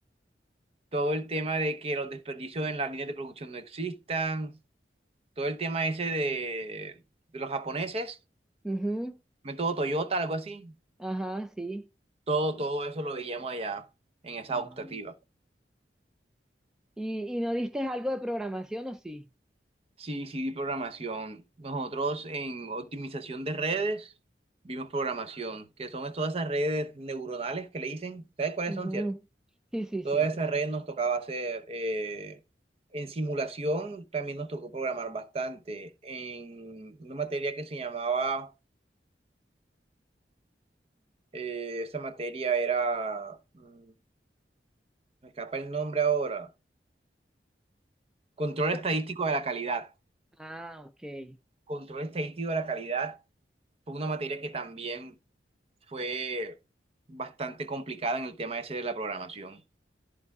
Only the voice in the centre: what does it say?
Ujú,
Ajá, sí.
Ah.
¿Y, y no diste algo de programación o sí?
Ujú,
Sí, sí,
sí.
Pe-
Ah, ok.